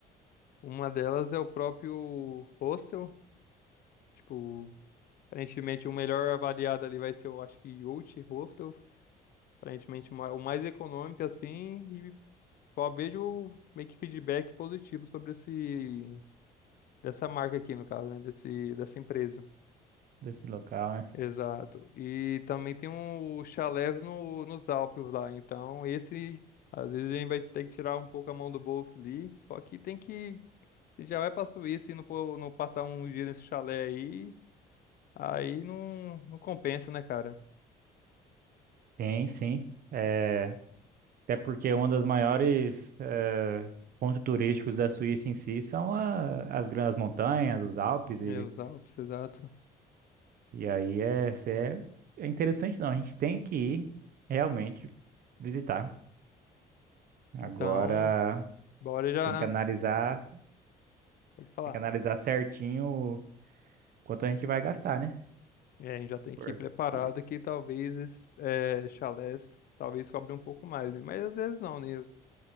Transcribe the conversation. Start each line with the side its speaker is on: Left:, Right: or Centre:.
Left: Uma delas é o próprio hostel. Tipo, aparentemente o melhor avaliado ali vai ser, eu acho que Youth Hostel. Aparentemente ma- o mais econômico, assim. E só vejo meio que feedback positivo sobre esse, dessa marca aqui, no caso, né? Desse, dessa empresa.
Right: desse local, né?
Left: Exato. E também tem um chalé no, nos Alpes lá. Então, esse, às vezes, a gente vai ter que tirar um pouco a mão do bolso ali. Só que tem que. Se já vai pra Suíça e não, for, não passar um dia nesse chalé aí, aí não, não compensa, né, cara?
Right: Sim, sim. É, até porque um dos maiores eh, pontos turísticos da Suíça em si são a- as grandes montanhas, os Alpes e
Left: É, os Alpes, exato.
Right: E aí é, se é, é interessante, não. A gente tem que ir realmente visitar. Agora
Left: Então, bora já.
Right: tem que analisar,
Left: Pode falar.
Right: tem que analisar certinho quanto a gente vai gastar, né?
Left: É, a gente já tem
Right: Porque
Left: que ir preparado que talvez esses é, chalés talvez cobre um pouco mais, né? Mas às vezes não, né?